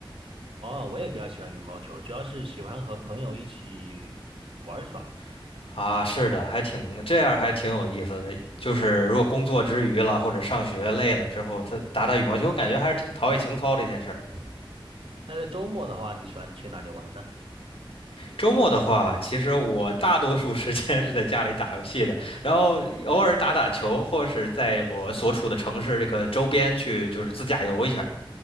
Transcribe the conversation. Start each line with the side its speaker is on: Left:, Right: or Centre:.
Right: 哦，我也比较喜欢羽毛球，主要是喜欢和朋友一起玩耍。
Left: <laughs> 啊，是的，还挺这样还挺有意思的，就是如果工作之余了或者上学累了之后，他打打羽毛球，我感觉还是挺陶冶情操的一件事儿。
Right: 那在周末的话，你喜欢去哪里玩呢？
Left: 周末的话，其实我大多数时间是在家里打游戏的，然后偶尔打打球，或是在我所处的城市这个周边去就是自驾游一下。